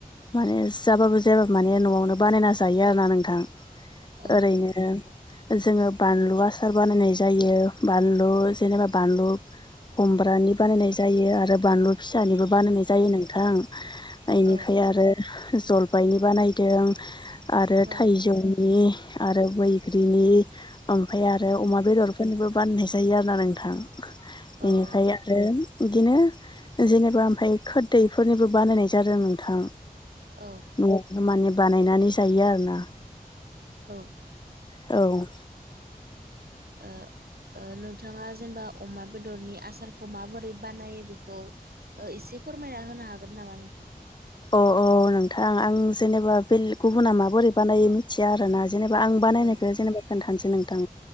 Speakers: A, on the left; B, on the right.
A: माने जाबाबो जायाबो माने न'आवनो बानायना जायो आरोना नोंथां
B: औ
A: ओरैनो जोंङो बानलु आसार बानायनाय जायो बानलु जेनेबा बानलु खुमब्रानि बानायनाय जायो आरो बानलु फिसानिबो बानायनाय जायो नोंथां इनिफ्राय
B: औ
A: आरो जलफायनि बानायदों आरो
B: औ
A: थाइजौनि आरो बैग्रिनि ओमफाय आरो
B: औ
A: अमा बेदर बेफोरनिबो बाननाय जायो आरो ना नोंथां
B: औ
A: बेनिफ्राय
B: औ
A: आरो बिदिनो जेनेबा ओमफाय खोरदैफोरनिबो बानायनाय जादों नोंथां।
B: औ
A: न'आव माने बानायनानै जायो आरो ना
B: औ
A: औ
B: ओ ओ नोंथांङा जेनेबा अमा बेदरनि आसारखौ माबोरै बानायो बेखौ ओ एसे फोरमायना होनो हागोन नामा नोंथां।
A: अ औ नोंथां आं जेनेबा बे बेले गुबुना माबोरै बानायो मिथिया आरोना जेनेबा आं बानायनायखौ
B: औ
A: जेनेबा खोन्थानोसै नोंथां